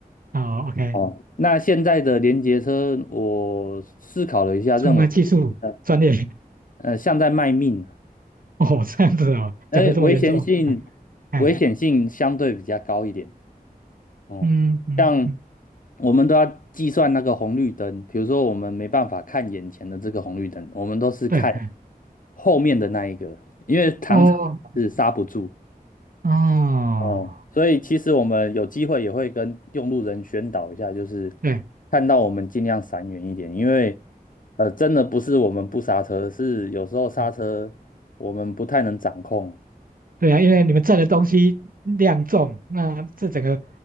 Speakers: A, on the right; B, on the left.
A: 哦，OK，
B: 哦，那现在的连接车，我思考了一下，
A: 出卖技术专业。
B: 认为，呃，呃像在卖命啊，
A: <laughs> 哦，这样子哦，
B: 哎，
A: 讲的这么严重，
B: 危险性，
A: 哎，哎，
B: 危险性相对比较高一点。哦，
A: 嗯嗯嗯，
B: 像我们都要计算那个红绿灯，比如说我们没办法看眼前的这个红绿灯，我们都是看
A: 对，哎
B: 后面的那一个，因为常常是刹不住。
A: 哦哦，
B: 嗯，所以其实我们有机会也会跟用路人宣导一下，就是
A: 对
B: 看到我们尽量闪远一点，因为呃，真的不是我们不刹车，是有时候刹车我们不太能掌控。
A: 嗯对啊，因为你们载的东西量重，那这整个